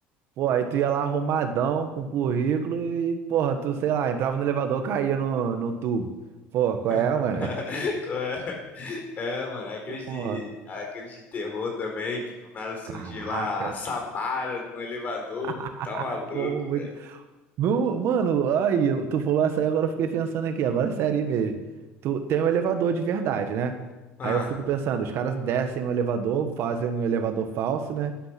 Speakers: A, on the right (about 60°); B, on the left (about 35°).
A: Pô, aí tu ia lá arrumadão com currículo e, porra, tu, sei lá, entrava no elevador, caía no, no tubo. Pô, qual é,
B: <laughs>
A: mano?
B: Qual É, É, mano, aqueles
A: <laughs>
B: de,
A: Porra,
B: aqueles de terror também, que do nada surgia
A: caraca.
B: lá a Samara no elevador, mano.
A: <laughs>
B: Tá maluco,
A: Pô,
B: velho.
A: muito. Não, mano, ai, eu- tu falou essa aí, agora eu fiquei pensando aqui, agora é sério mesmo. Tu tem um elevador de verdade, né?
B: Ah,
A: Aí eu fico pensando, os caras descem o elevador, fazem um elevador falso, né?